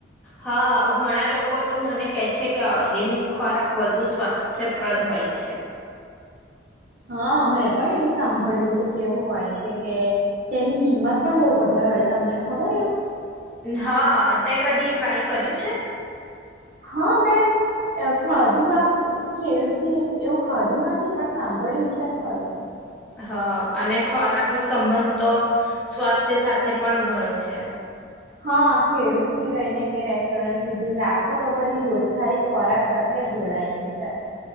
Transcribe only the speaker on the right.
હા મેં પણ એવું સાંભળ્યું છે કે એવું હોય છે કે તેની કિંમત પણ બહુ વધારે હોય તમને ખબર એવું?
હા મેં ખધું આમ ખેડૂ એવું ખાધું નથી પણ સાંભળ્યું છે ખરું.
હા ખેડૂતથી લઈને કે રેસ્ટોરન્ટ સુધી લાખો લોકોની રોજગારી ખોરાક સાથે જ જોડાયેલી છે.